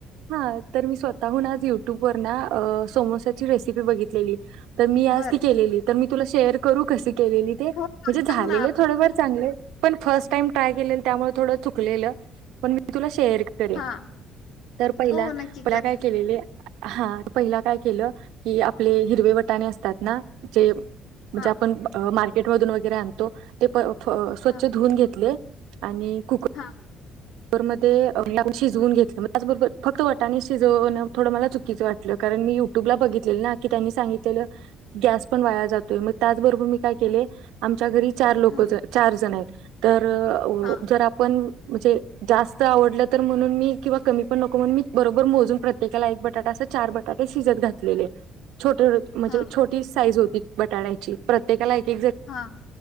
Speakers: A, on the right; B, on the left.
A: हा तर मी स्वतःहून आज युट्यूबवर ना समोसाची रेसिपी बघितलेली. तर मी आज
B: बर
A: ती केलेली तर मी तुला शेअर करू कशी केलेली ते म्हणजे
B: हो हो सांग
A: झालेले
B: ना आप
A: थोडेफार चांगले. पण फर्स्ट टाइम ट्राय केले त्यामुळे थोडं चुकलेलं पण मी तुला शेअर कडे
B: हा
A: तर पहिला
B: हो हो नक्की
A: पला
B: कर
A: काय केलेले हा पहिला काय केलं की आपले हिरवे वटाणे असतात ना ते म्हणजे
B: हा
A: आपण मार्केट मधून वगैरे आणतो ते प स्वच्छ
B: हा
A: धुवून घेतले. आणि कुक
B: हा
A: कुक्कर मध्ये शिजवून घेतलं मग त्याचबरोबर फक्त वटाने शिजवण थोडं मला चुकीच वाटतं. कारण मी युट्यूबला बघितलेलं ना की त्यांनी सांगितलेलं गॅस पण वाया जातोय मग त्याचबरोबर मी काय केलेय आमच्या घरी चार लोक
B: हा
A: चार जण आहेत तर
B: हा
A: जर आपण म्हणजे जास्त आवडलं तर म्हणून मी किंवा कमी पण नको म्हणून मी बरोबर मोजून प्रत काला एक बटाटा अस चार बटाटे शिजत घातलेले. छोटे म्हणजे
B: हा
A: छोटी साईज होती बटाट्यांची प्रत्येकाला एक एक
B: हां